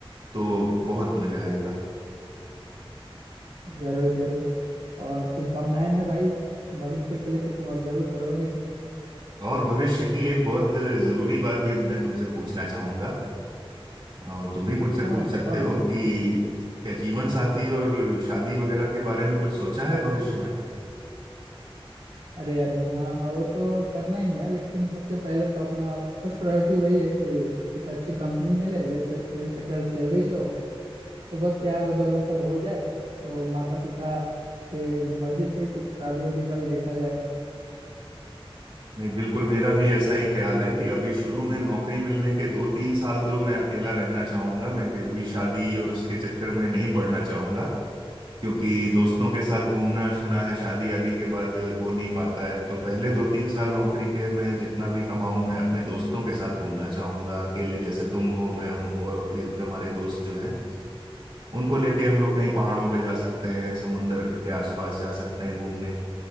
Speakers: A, on the right (about 60°); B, on the right (about 80°).
A: तो बहुत मजा आएगा
B: जरूर जरूर और शुभकामनाएं हैं भाई भविष्य के लिए कि तुम और जरूर करोगे भी
A: और भविष्य की एक बहुत जरूरी बात भी मैं तुमसे पूछना चाहूंगा और तुम भी मुझसे पूछ
B: हाँ हाँ
A: सकते
B: बताओ
A: हो
B: ना
A: कि क्या जीवन साथी और शादी वगैरह के बारे में कुछ सोचा है भविष्य में
B: अरे अरे हाँ हाँ वो तो करना ही है लेकिन सबसे पहले तो अपना फर्स्ट प्रायोरिटी वही है कि एक अच्छी कंपनी मिले वेल वेल सेटल्ड सैलरी हो तो बस यार अगर वो सब हो जाए तो माता पिता के मर्जी से कुछ शादी वादी का भी देखा जाएगा
A: नहीं बिल्कुल मेरा भी ऐसा ही ख्याल है कि अभी शुरू में नौकरी मिलने के दो तीन साल तो मैं अकेला रहना चाहूंगा मैं कि अभी शादी और उसके चक्कर में नहीं पड़ना चाहूंगा क्योंकि दोस्तों के साथ घूमना सुना है शादी आदि के बाद हो नहीं पाता है तो पहले दो तीन साल नौकरी के मैं जितना भी कमाऊं मैं अपने दोस्तों के साथ घूमना चाहूंगा अकेले जैसे तुम हो मैं हूं और अभी हमारे दोस्त जो हैं उनको लेके हम लोग कहीं पहाड़ों पे जा सकते हैं समुंदर के आसपास जा सकते हैं घूमने